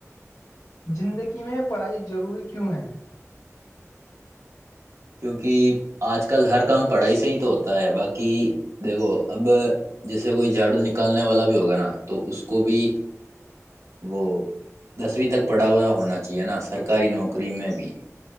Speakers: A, on the left; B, on the right.
A: زندگی میں پڑھائی ضروری کیوں ہے
B: کیونکہ آج کل ہر کام پڑھائی سے ہی تو ہوتا ہے باقی دیکھو اب جیسے کوئی جھاڑو نکالنے والا بھی ہوگا نا تو اس کو بھی وہ دسویں تک پڑھا ہوا ہونا چاہیے نا سرکاری نوکری میں بھی